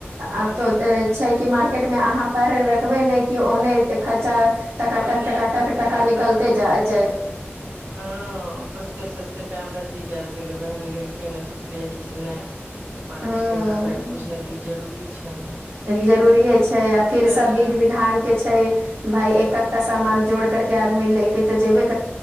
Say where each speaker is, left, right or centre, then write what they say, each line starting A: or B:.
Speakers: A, on the right; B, on the right.
A: हूँ
B: आब तऽ छै की मार खेत मे अहाँ पैर रखबै ने ओहने एतेय खर चा टका
A: ओहने
B: टक टकाटक
A: खर्चा
B: टाका निकलते
A: तऽ
B: जायत जाय
A: हँ सस्ते सस्ते टाइम नजदीक आबि गेलै बहिन लेलकै नय सोचलियै कि से नहि मार्केटिंग
B: हूँ
A: करना है तऽछु ने किछु जरूरी छै
B: जरूरिे छै आ फिर
A: छै
B: सब
A: ने
B: विध विधान के छै भाय एकक सामान जोड़ करके आ मिलै एक तऽ जेबै